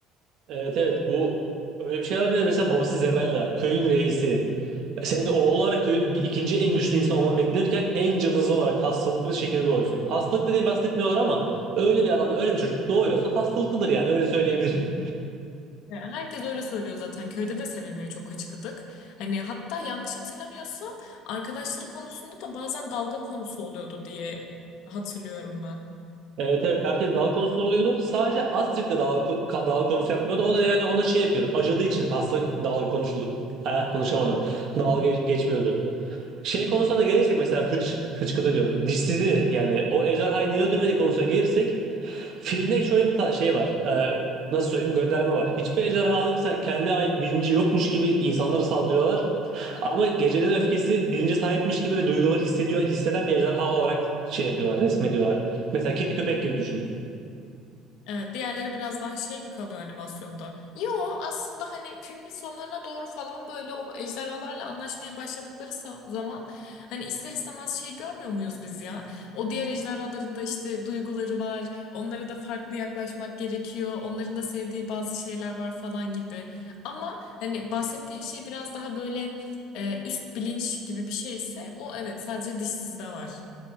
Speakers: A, on the right (about 55°); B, on the left (about 70°).
A: Evet evet bu öyle bir şeyler bile mesela babası Zebella köyün reisi. Senin de oğul olarak köyün bir, ikinci en güçlü insan olman beklenirken en cılızı olarak hastalıklı bir şekilde doğuyorsun. Hastalıklı diye bahsetmiyorlar ama öyle bir adamla öyle bir çocuk doğuyorsa hastalıklıdır yani öyle söyleyebilirim.
B: Ya Herkes öyle söylüyor zaten. Köyde de sevilmiyor çok açık adık. Hani hatta yanlış hatırlamıyorsam arkadaşları konusunda da bazen dalga konusu oluyordu diye hatırlıyorum
A: Evet evet herkes dalga konusu oluyordu. Sadece Astrid de dalga, ko- ka- dalga konusu yapmıyordu. O da yani ona şey yapıyordu. Acıdığı için hasta dalga konuşuldu. Eh, konuşamadım. Dalga geç- geçmiyordu. Şey konusuna da gelirsek mesela hıç, hıçkıdı diyorum. Dişsizi yani o ejderhayı niye öldürmedi konusuna gelirsek filmde şöyle bir ta- şey var. Ee, nasıl söyleyeyim gönderme var. Hiçbir ejderhanın sen- kendine ait bilinci yokmuş gibi insanlara saldırıyorlar. Ama gecenin öfkesi bilince sahipmiş gibi ve duyguları hissediyor, hisseden bir ejderha olarak şey yapıyorlar, resmediyorlar. Mesela kedi köpek gibi düşün.
B: Evet, diğerleri biraz daha şey mi kalıyor animasyonda? Yo aslında hani filmin sonlarına doğru falan böyle o ejderhalarla anlaşmaya başladıkları sa- zaman hani ister istemez şey görmüyor muyuz biz ya? O diğer ejderhaların da işte duyguları var. Onlara da farklı yaklaşmak gerekiyor. Onların da sevdiği bazı şeyler var falan gibi. Ama hani bahsettiğin şey biraz daha böyle e, üst bilinç gibi bir şeyse o evet sadece dişsizde var.